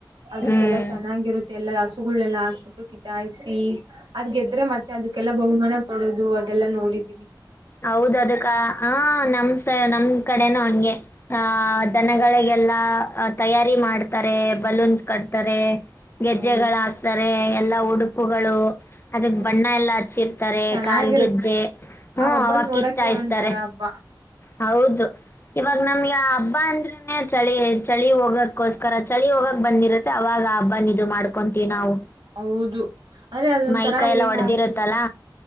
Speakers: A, on the right (about 75°); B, on the left (about 30°).
A: ಅದಕ್ಕೆಲ್ಲ
B: ಹ್ಮ್
A: ಚೆನ್ನಾಗಿರುತ್ತೆ ಮತ್ತ ಎಲ್ಲಾ ಹಸುಗಳೆಲ್ಲ ಹಾಕ್ಬಿಟ್ಟು ಕಿಚಾಯಿಸಿ ಅದ ಗೆದ್ರೆ ಮತ್ತೆ ಅದಕ್ಕೆಲ್ಲಾ ಬಹುಮಾನ ಕೊಡೋದು ಅದೆಲ್ಲಾ ನೋಡಿದೀರಿ
B: ಹೌದ ಅದಕ್ಕ ಆ ನಮಸ ನಮ್ ಕಡೆನ ಅವಂಗೆ ಆ ದನಗಳಿಗೆ ಎಲ್ಲಾ ತಯಾರಿ ಮಾಡ್ತಾರೆ ಬಲೂನ್ಸ್ ಕಟ್ತಾರೆ ಗೆಜ್ಜೆಗಳು
A: ಹೌದ್
B: ಹಾಕ್ತಾರೆ ಎಲ್ಲಾ ಉಡುಪುಗಳು ಅದಕ್
A: ಹೌದು.
B: ಬಣ್ಣ ಎಲ್ಲಾ ಹಚ್ಚಿರ್ತಾರೆ
A: ಚೆನ್ನಾಗಿರುತ್ತೆ
B: ಕಾಲ ಗೆಜ್ಜೆ ಹ್ಮ
A: ಆ ಹಬ್ಬ
B: ಅವ
A: ನೋಡಕ್ಕೆ
B: ಕ ಇಚ್ಚಾಯ್ತಾರೆ
A: ಒಂಥರ ಹಬ್ಬ
B: ಹೌದು ಇವಾಗ ನಮ್ಗೆ ಹಬ್ಬ ಅಂದ್ರನೆ ಚಳಿ ಚಳಿ ಹೋಗ ಹೋಗಕೋಸ್ಕರ ಚಳಿ ಹೋಗಕ್ ಬಂದಿರುತ್ತೆ ಅವಾಗ ಹಬ್ಬಾ ಇದು ಮಾಡ್ಕೊಂತೀವಿ ನಾವು
A: ಹೌದು ಅಂದ್ರೆ ಅದೊಂಥರ
B: ಮೈ ಕೈ ಎಲ್ಲ
A: ಏನೋ
B: ಒಡೆದಿರುತ್ತಲ್ಲ